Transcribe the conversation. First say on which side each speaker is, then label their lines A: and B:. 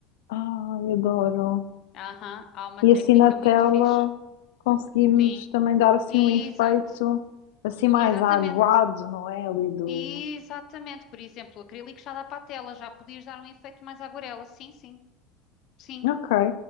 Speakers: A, on the left; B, on the left.
A: Ai, adoro.
B: Aham, há uma
A: E
B: técnica
A: assim na tela
B: muito fixe.
A: conseguimos
B: Sim,
A: também dar assim
B: exato,
A: um efeito assim mais
B: exatamente,
A: aguado, não é? Ali do.
B: exatamente. Por exemplo, o acrílico já dá para a tela, já podias dar um efeito mais aguarela. Sim, sim, sim.
A: Ok,